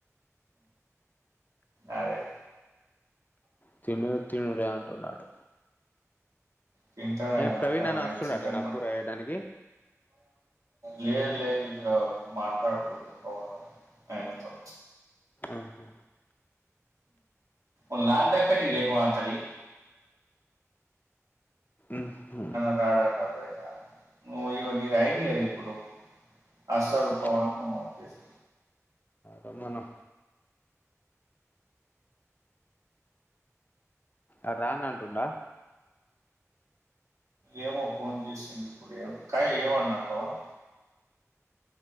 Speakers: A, on the right; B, on the left.
A: యయ్
B: తినే తిను లె అంటున్నాడు
A: తింటాడుఅయన
B: ఏ ప్రవీణ్
A: అయిన
B: అన్న వస్తుండట
A: చికెన్
B: నాకు
A: మటన్
B: కూర వేయడానికి
A: లేదు లేదు యో మాట్లాడుతుందిభావా ఆయన తో
B: ఆహా
A: ఉన్ దక్కనిది ఎకువ మా అంతరి
B: ఉహు
A: రడాట బయట ను ఇగ నిది అయింది గదా ఇప్పుడు ఆసాడు
B: అయిపోతు
A: పవన్ నువ్వు వచ్చేసే
B: రమ్మను ఆడు రాని అంటుండా
A: ఏమో ఫోన్ చేసింది ఇప్పుడు కాయ్ ఏవన్నాడు పవన్